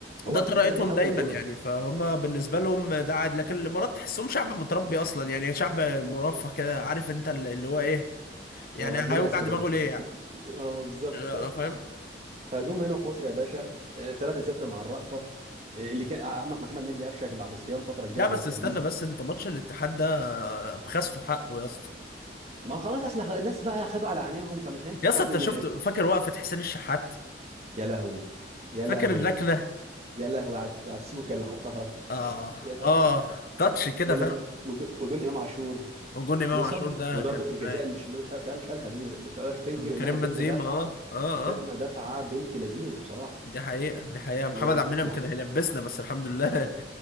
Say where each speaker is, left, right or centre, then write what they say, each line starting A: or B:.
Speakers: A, on the left (about 55°); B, on the right (about 35°).
A: ده
B: هو على
A: طريقتهم
B: فكره دي حلاوه
A: دايما
B: الكوره
A: يعني فهم بالنسبة لهم ده عادي لكن الإمارات تحسهم شعب متربي أصلا يعني شعب مرفه كده عارف أنت اللي هو إيه يعني
B: اه ابن
A: هيوجع
B: ناس كده
A: دماغه ليه يعني
B: <laughs> اه بالظبط
A: لا، فاهم
B: فجم هنا في مصر يا باشا 3-0 مع الرأفة آه، اللي كان عمك محمد مجدي قفشك بعد صيام فتره كبيره
A: لا
B: عن
A: بس
B: التهديد
A: استنى بس أنت ماتش الاتحاد ده بخسته حقه يا اسطى
B: ما هو خلاص اصل الناس بقى خدوا على عينيهم فمش هينفع
A: يا اسطى
B: بقى
A: أنت
B: ان
A: شفت فاكر وقفة حسين الشحات
B: يا لهوي يا
A: فاكر
B: لهوي
A: اللكنة
B: يا لهوي على على السوكه اللي حطها
A: اه
B: يا لهوي
A: اه تاتش كده
B: ولا
A: فاهم
B: جو- وج- وجون امام عاشور
A: وجون امام
B: وصد
A: عاشور ده
B: وضربه
A: كان
B: الجزاء
A: آه.
B: اللي الشناوي شال- شال- شالها دي ما تقدرش تنكر انها
A: كريم
B: ادتنا
A: بنزيما
B: دفعه
A: اه اه
B: ادتنا
A: اه
B: دفعه بنت لذينه بصراحه
A: دي حقيقة دي حقيقة محمد
B: و...
A: عبد المنعم
B: و...
A: كان هيلبسنا بس الحمد لله